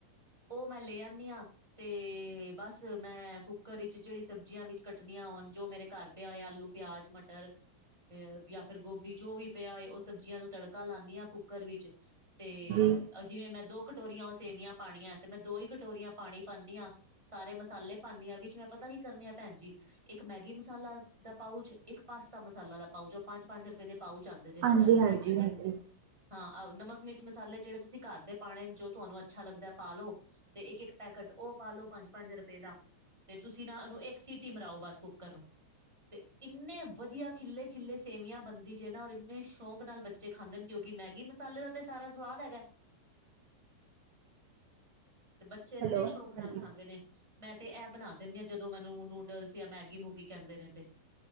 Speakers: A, in the centre; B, on the right.
A: ਉਹ, ਮੈਂ ਲੈ ਆਦੀ, ਆਾਂ। ਤੇ ਬਸ, ਮੈਂ ਕੁੱਕਰ ਵਿੱਚ ਜਿਹੜੀ ਸਬਜ਼ੀਆਂ, ਵਿੱਚ ਕੱਟਣੀਆਂ ਆਉਣ ਜੋ ਮੇਰੇ ਘਰ, ਪਿਆ ਹੋਏ, ਆਲੂ, ਪਿਆਜ, ਮਟਰ, ਅ ਜਾਂ ਫਿਰ, ਗੋਭੀ ਜੋ, ਵੀ ਪਿਆ ਹੋਏ ਉਹ ਸਬਜ਼ੀਆਂ ਨੂੰ ਤੜਕਾ ਹਿਲਾਨੀ ਆ, ਹਾਂ ਕੁੱਕਰ ਵਿੱਚ ਤੇ
B: ਹਾਂਜੀ,
A: ਜਿਵੇਂ ਮੈਂ, ਦੋ ਕਟੋਰੀਆਂ, ਸੇਵੀਆਂ ਪਾਉਣੀਆਂ ਤੇ, ਮੈਂ ਦੋ ਹੀ ਕਟੋਰੀਆਂ ਪਾਣੀ ਪਾਉਂਦੀ ਹਾਂ। ਸਾਰੇ ਮਸਾਲੇ ਪਾਉਦੇ ਆਾਂ ਵੀਚ ਮੈਂ ਪਤਾ ਕੀ ਕਰਨੇ ਆ ਭੈ, ਣ ਜੀ, ਇੱਕ, ਮੈਗੀ ਮਸਾਲਾ ਦਾ ਪਾਊਚ ਇੱਕ ਪਾਸਤਾ ਮਸਾਲਾ ਦਾ ਪਾਊਚ ਓ ਪੰਜ-ਪੰਜ ਰੁਪਏ ਦੇ ਪਾਊਚ ਆਂਦੇ ਜੇ
B: ਹਾਂਜੀ,
A: ਬਜ਼ਾਰੋਂ ਰੇਡੀਮੇਡ।
B: ਹਾਂਜੀ
A: ਹਾਂ ਆਹ ਨਮਕ ਮਿਰਚ ਮਸਾਲੇ ਜੇੜ੍ਹੇ ਤੁਸੀਂ ਘਰ ਦੇ ਪਾਣੇ ਜੋ ਤੁਹਾਨੂੰ ਅੱਛਾ ਲੱਗਦਾ ਪਾਲੋ। ਤੇ ਇੱਕ-ਇੱਕ ਪੈਕੇਟ ਓ ਪਾ ਲੋ ਪੰਜ-ਪੰਜ ਰੁਪਏ ਦਾ। ਤੇ ਤੁਸੀਂ ਨਾ ਓਨੂੰ ਇੱਕ ਸੀਟੀ ਮਰਾਓ ਬਸ ਕੁੱਕਰ ਨੂੰ। ਤੇ ਇੰਨੇ ਵਧੀਆ ਖਿੱਲੇ-ਖਿਲੇ ਸੇਵੀਆਂ ਬੰਦੀ ਜੇ ਨਾ ਔਰ ਇੰਨੇ ਸ਼ੌਕ ਨਾਲ ਬੱ ਜੇ ਖਾਂਦੇਣ ਕਿਉਂਕਿ, ਮੈਗੀ ਮਸਾਲੇ, ਦਾ ਤੇ ਸਾਰਾ ਸਵਾਦ ਹੈਗਾ। ਤੇ, ਬੱਚੇ ਇੰਨੇ,
B: ਹੈਲੋ ਹਾਂਜੀ
A: ਸ਼ੌਕ ਨਾਲ ਖਾਂਦੇ, ਨੇ ਮੈਂ, ਤੇ ਇਹ ਬਣਾ ਦਿੰਦੀ ਹਾਂ, ਜਦੋਂ ਮੈਨੂੰ, ਨੂਡਲਸ, ਜਾਂ, ਮੈਗੀ, ਮੂਗੀ ਕਹਿੰਦੇ ਨੇ ਤੇ,